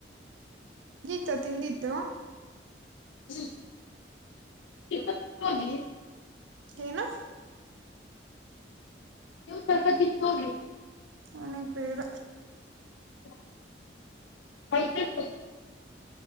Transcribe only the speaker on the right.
ಗೀತಾ ತಿಂದಿದ್ದು
ಏನು
ನನಗೆ ಬೇಡ